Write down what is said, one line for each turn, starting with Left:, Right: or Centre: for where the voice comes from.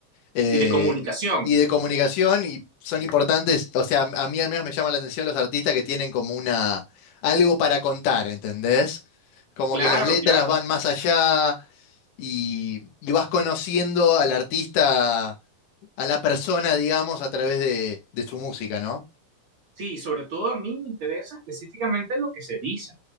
Left: eh,
Right: y de comunicación.
Left: y de comunicación y son importantes, o sea, a mí al menos me llama la atención los artistas que tienen como una, algo para contar, ¿entendés? Como
Right: Claro,
Left: que las letras
Right: claro.
Left: van más allá y, y vas conociendo al artista, a la persona, digamos, a través de, de su música, ¿no?
Right: Sí, sobre todo a mí me interesa específicamente lo que se dice,